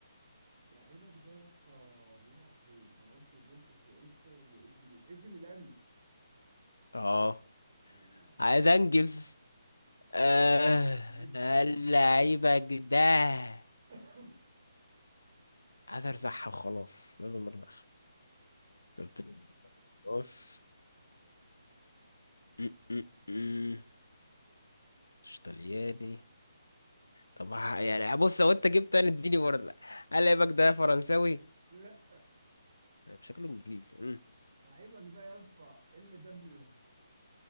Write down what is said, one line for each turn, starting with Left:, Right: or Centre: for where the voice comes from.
Right: لعيبك ده يا اسطى بيلعب فين انا قلت يوفنتوس وانتر واي سي ميلان اي سي ميلان
Left: اه
Right: آه.
Left: عايز انجز آه
Right: جبته
Left: اللعيبة ده
Right: <coughs>
Left: عايز ارزعها وخلاص لازم ارزعها قلت له بص م- م- م. مش طلياني طب ه- يعني بص لو انت جبت انا اديني برضه هل لعيبك ده فرنساوي؟
Right: لا
Left: لا، بشكله انجليزي م.
Right: لعيبك ده يا اسطى ال دبليو